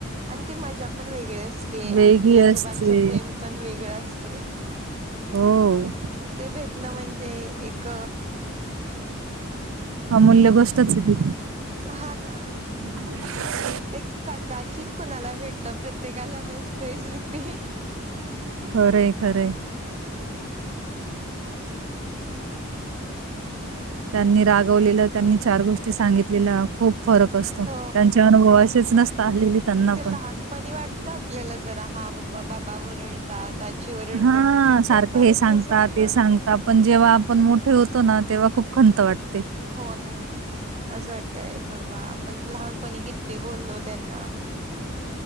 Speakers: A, on the right (about 30°); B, on the right (about 70°).
A: आणि ती मज्जा पण वेगळी असते
B: वेगळी
A: आजी आजोबांचं
B: असते
A: प्रेम पण वेगळं असतंय.
B: हो
A: ते भेटणं म्हणजे क
B: अमूल्य गोष्टचे.
A: हा ना
B: हा <unintelligible>
A: ते कदाचित कुणाला भेटत प्रत्येकाला नसतय सोड ते.
B: खरंय खरंय. त्यांनी रागवलेल्या त्यांनी चार गोष्टी सांगितलेलं खूप. फरक असतो
A: हो
B: त्यांच्या अनुभवाशीच नसता आलेली त्यांना
A: ते
B: पण
A: लहानपणी वाटतं आपल्याला जरा हा बा म बाबा ओरडतात. आज्जी ओरडते,
B: हां, सारखं
A: पण परत
B: हे सांगता,
A: जस आपण
B: ते सांगता, पण जेव्हा आपण मोठे होतो ना तेव्हा खूप खंत वाटते.
A: हो ना असं वाटतय बाबा आपण लहानपणी किती बोललो त्यांना.